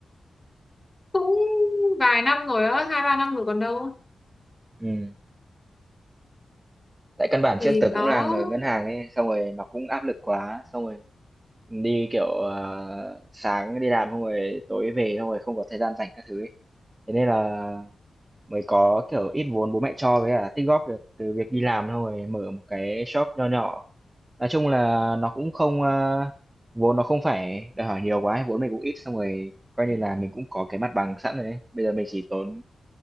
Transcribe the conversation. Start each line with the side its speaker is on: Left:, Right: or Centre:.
Left: cũng vài năm rồi á hai ba năm rồi còn đâu
Right: Ừm, tại căn bản
Left: thì
Right: trước tớ
Left: đó
Right: cũng làm ở ngân hàng ấy, xong rồi nó cũng áp lực quá, xong rồi đi, kiểu, ờ, sáng đi làm xong rồi tối về xong rồi không có thời gian rảnh các thứ ấy. Thế nên là mới có, kiểu, ít vốn bố mẹ cho với cả tích góp được từ việc đi làm xong rồi mở một cái shop nho nhỏ. Nói chung là nó cũng không, a vốn nó không phải đòi hỏi nhiều quá ấy, vốn mình cũng ít xong rồi coi như là mình cũng có cái mặt bằng sẵn rồi ấy. Bây giờ mình chỉ tốn